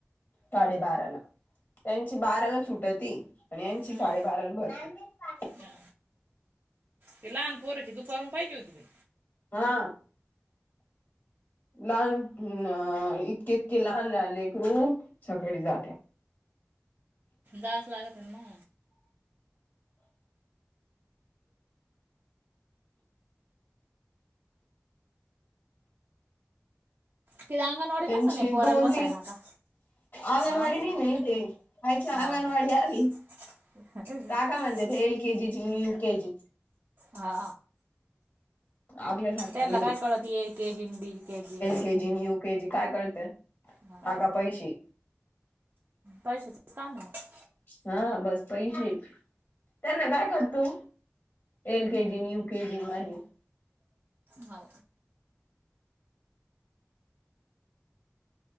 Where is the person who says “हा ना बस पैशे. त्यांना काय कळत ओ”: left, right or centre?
Left